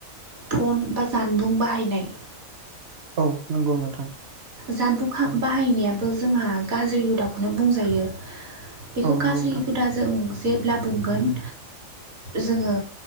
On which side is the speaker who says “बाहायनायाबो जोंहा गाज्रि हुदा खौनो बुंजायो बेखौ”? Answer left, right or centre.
Right